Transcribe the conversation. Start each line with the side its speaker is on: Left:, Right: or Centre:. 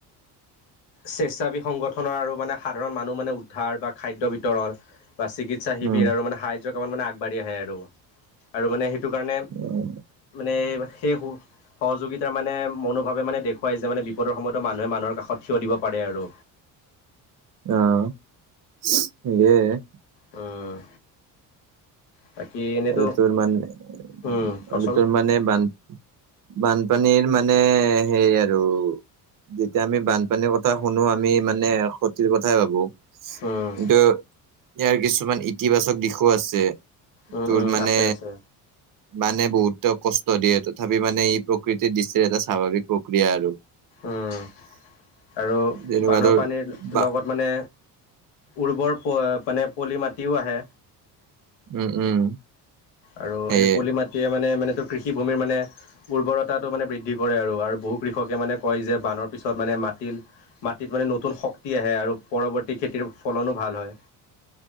Left: স্বেচ্ছাবি সংগঠনৰ আৰু মানে সাধাৰণ মানুহ মানে উদ্ধাৰ বা খাদ্য বিতৰণ বা চিকিৎ ইচ্ছা শিবিৰ
Right: উম,
Left: আৰু মানে সাহায্য কামত মানে আগবাঢ়ি আহে আৰু। আৰু মানে সেইটো কাৰণে
Right: উম,
Left: মানে সেই স সহযোগিতাৰ মানে মনোভাৱে মানে দেখুৱাইছে মানে বিপদৰ সময়তো মানুহে মানুহৰ কাষত থিয় দিব পাৰে আৰু।
Right: অ'। <unintelligible>
Left: উম। বাকী এনেতো
Right: আৰু তোৰ মানে
Left: উম, কচোন
Right: আৰু তোৰ মানে বান বানপানীৰ মানে সেই আৰু যেতিয়া আমি বানপানীৰ কথা শুনোঁ, আমি মানে ক্ষতিৰ কথাই ভাবোঁ। কিন্তু
Left: উম,
Right: ইয়াৰ কিছুমান ইতিবাচক দিশোঁ আছে।
Left: উম,
Right: তোৰ
Left: উম,
Right: মানে
Left: আছে আছে।
Right: বানে বহুতক কষ্ট দিয়ে তথাপি মানে ই প্ৰকৃতিৰ দৃষ্টিৰ এটা স্বাভাৱিক প্ৰক্ৰিয়া আৰু।
Left: উম, আৰু
Right: যেনেকুৱা
Left: বানৰ
Right: তোৰ
Left: পানীৰ
Right: বা
Left: লগত মানে উৰ্বৰ প এ, পানে পলি মাটিও আহে।
Right: উম, উম।
Left: আৰু
Right: সেয়ে
Left: এই পলি মাটিয়ে মানে মানে তো কৃষিভূমিৰ মানে উৰ্বৰতাটো মানে বৃদ্ধি কৰে আৰু। আৰু বহু কৃষকে মানে কয় যে বানৰ- পিছত মানে মাটিৰ মাটিত মানে নতুন শক্তি আহে আৰু পৰৱৰ্তী খেতিৰ ফলনোঁ ভাল হয়।